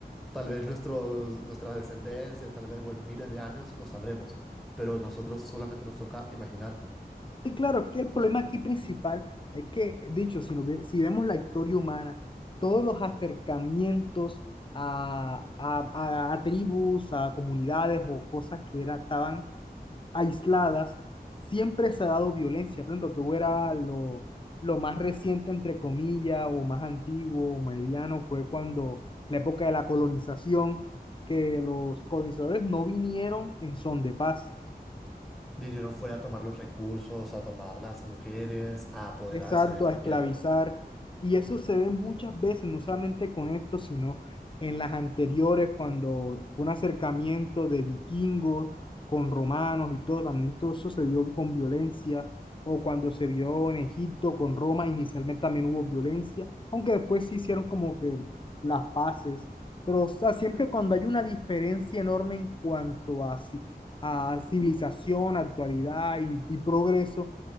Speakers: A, in the centre; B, on the left.
A: tal vez nuestros, nuestras descendencias, tal vez o en miles de años lo sabremos, pero nosotros solamente nos toca imaginar.
B: Sí, claro, es que el problema aquí principal es que, dicho, si, nos ve- si vemos la historia humana, todos los acercamientos a, a, a- a tribus, a comunidades o cosas que era, estaban aisladas, siempre se ha dado violencia. Por ejemplo, tú era lo, lo más reciente, entre comillas, o más antiguo, o mediano, fue cuando la época de la colonización, que los colonizadores no vinieron en son de paz
A: Vinieron fue a tomar los recursos, a tomar las mujeres, a apoderarse
B: Exacto,
A: de esta
B: a esclavizar.
A: tierra.
B: Y eso se ve muchas veces, no solamente con esto, sino en las anteriores, cuando fue un acercamiento de vikingos con romanos y todo, también todo eso se dio con violencia, o cuando se vio en Egipto con Roma, inicialmente también hubo violencia, aunque después se hicieron como que las paces. Pero, o sea, siempre cuando hay una diferencia enorme en cuanto a, ci- a civilización, actualidad y y progreso,